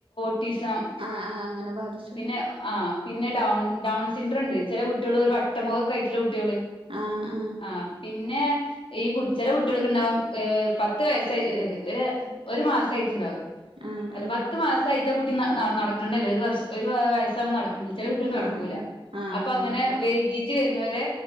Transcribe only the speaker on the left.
ട്ടിസം
പിന്നെ ആഹ്. പിന്നെ ഡൗൺ ഡൗൺ സിംഡ്രണ്ട് ചെല കുട്ടിയൾ ഒരു വട്ടമൊഖക്കയ്ട്ട്ള്ള കു ട്യോൾ
ആ പിന്നെ ഈ കു ചെല കുട്ടിയൾക്ക് ഉണ്ടാവും ഹ് പത്ത് വയസായി ഹ് ഹ് ഒര് ഒരു മാസയിട്ടുണ്ടാവും
അല്ല
പത്ത് മാസ ആയിട്ട കുട്ടി ന ന നടക്കണ്ടല്ലെ ഒരു വർഷം ഒരു വയസ്സാവുമ്പോ നടക്ക ചെല കുട്ടിയൾ നടക്കൂല
അപ്പൊ അങ്ങനെ
വൈകീട്ട് വരുന്നവരെ